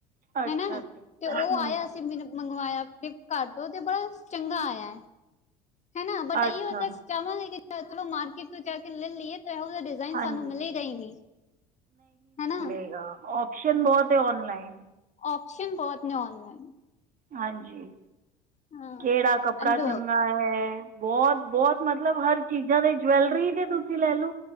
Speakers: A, on the right; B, on the left.
A: ਅੱਛਾ-ਅੱਛਾ,
B: ਹਨਾ ਤੇ ਉਹ
A: ਹੂ।
B: ਆਇਆ ਮੰਗਵਾਇਆ ਫਲਿਪਕਾਰਟ ਤੋਂ ਤੇ ਬੜਾ ਚੰਗਾ ਆਇਆ ਹੈ। ਹੈ, ਨਾ ਬਟ
A: ਅੱਛਾ
B: ਇਈ ਅ ਚਾਹਵਾਂਗੇ। ਕਿ ਚਲੋ ਮਾਰਕੇਟ ਤੋਂ ਜਾ ਕੇ ਲੈ ਲਈਏ ਇਹੋ ਜਿਹੇ ਡਿਜ਼ਾਇਨ
A: ਹਾਂਜੀ
B: ਸਾਨੂੰ ਮਿਲੇਗਾ ਨੀ ਹੈਨਾ
A: ਜੀ ਹਾਂ ਉਹ ਟਿਕਸ਼ਨ ਬਹੁਤ ਏ ਔਨਲਾਈਨ
B: ਓਪਸ਼ਨ ਬਹੁਤ ਨੇ ਔਨਲਾਈਨ
A: ਹਾਂਜੀ
B: ਹਾਂ
A: ਕਿਹੜਾ ਕੱਪੜਾ
B: ਐਂਡ
A: ਚੰਗਾ ਐ ਬਹੁਤ ਬਹੁਤ ਮਤਲਬ ਹਰ ਚੀਜ਼ਾਂ ਦੇ ਜਵੈਲਰੀ ਦੀ ਤੁਸੀਂ ਲੈ ਲੋ